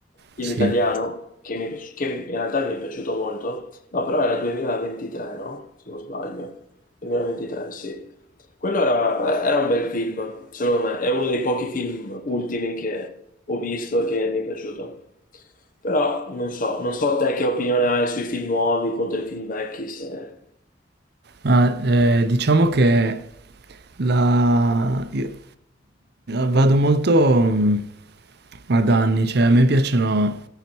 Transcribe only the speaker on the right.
Sì.
Ah, eh, diciamo che la... io- vado molto mm, ad anni, cioè a me piacciono